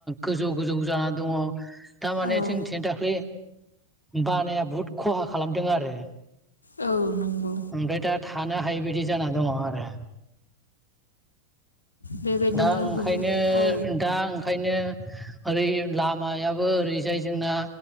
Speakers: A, in the centre; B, on the left.
A: गोजौ गोजौ जाना दंङ थारमाने
B: औ
A: जोंथिं दाख्लै बानाया बहुत खहा खालामदों आरो
B: औ नंगौ
A: ओमफ्राय दा था थानो हायि बायदि जाना दंङ आरो
B: बेबायदिनो
A: दा ओंखायनो
B: गुबुन औ
A: दा ओंखायनो ओरै लामायाबो ओरैजाय जोंना